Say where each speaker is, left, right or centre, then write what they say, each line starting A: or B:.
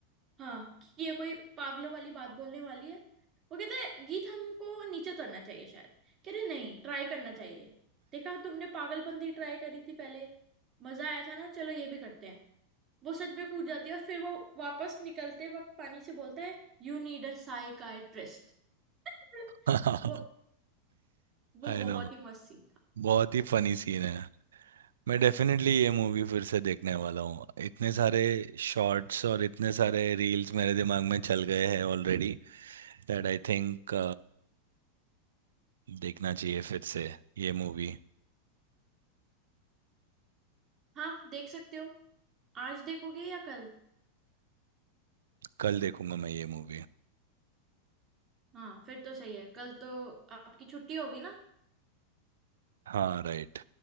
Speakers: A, on the right; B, on the right.
A: हाँ कि ये कोई पागलों वाली बात बोलने वाली है वो कहते हैं गीत हमको नीचे उतरना चाहिए शायद कह रहे नहीं ट्राई करना चाहिए देखा तुमने पागलपंती ट्राई करी थी पहले मजा आया था ना चलो ये भी करते हैं वो सच में कूद जाती है और फिर वो वापस निकलते वक्त पानी से बोलता है यू नीड अ साइकाइट्रिस्ट <laughs>
B: <laughs>
A: वो वो
B: आई
A: बहुत
B: नो
A: ही मस्त सीन था
B: बहुत ही फनी सीन है मैं डेफिनेटली ये मूवी फिर से देखने वाला हूँ इतने सारे शॉर्ट्स और इतने सारे रील्स मेरे दिमाग में चल गए हैं ऑलरेडी दैट आई थिंक देखना चाहिए फिर से ये मूवी
A: हाँ देख सकते हो आज देखोगे या कल
B: कल देखूंगा मैं ये मूवी
A: हाँ फिर तो सही है कल तो आपकी छुट्टी होगी ना
B: हाँ राइट